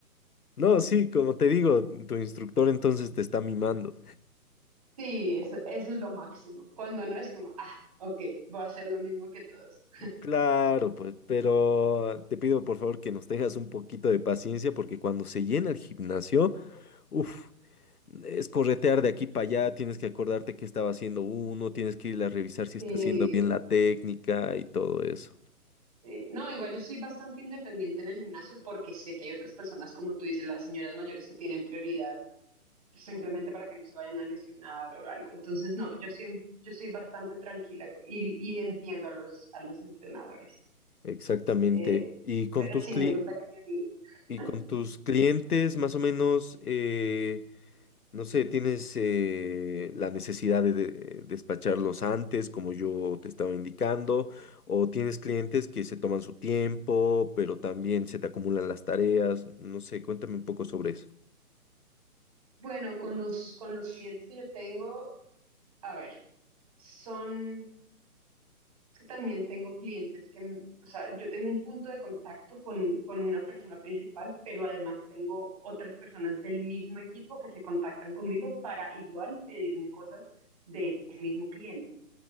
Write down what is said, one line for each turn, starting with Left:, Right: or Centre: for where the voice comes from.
Left: No, sí, como te digo, tu instructor entonces te está mimando.
Right: Sí, eso, eso es lo máximo. Cuando no es como, ah, ok, voy a hacer lo mismo que todos.
Left: Claro, pues, pero te pido por favor que nos tengas un poquito de paciencia porque cuando se llena el gimnasio, uff. Es corretear de aquí para allá, tienes que acordarte qué estaba haciendo uno, tienes que ir a revisar si
Right: Sí.
Left: está haciendo bien la técnica y todo eso.
Right: Sí. No, igual yo soy bastante independiente en el gimnasio porque sé que hay otras personas, como tú dices, las señoras mayores que tienen prioridad simplemente para que no se vayan a lesionar o algo. Entonces, no, yo soy, un- yo soy bastante tranquila co- y, y entiendo a los, a los entrenadores.
Left: Exactamente.
Right: Eh,
Left: Y con
Right: pero
Left: tus
Right: sí,
Left: cli-
Right: me gusta que me miren.
Left: y
Right: <laughs>
Left: con tus clientes, más o menos, eh, no sé, tienes eh, la necesidad de, de- despacharlos antes, como yo te estaba indicando, o tienes clientes que se toman su tiempo, pero también se te acumulan las tareas. No sé, cuéntame un poco sobre eso.
Right: Bueno, con los, con los clientes que yo tengo, a ver, son, es que también tengo clientes que, o sea, yo tengo un punto de contacto con, con una persona principal, pero además tengo otras personas del mismo equipo que se contactan conmigo para igual pedirme cosas de ese mismo cliente.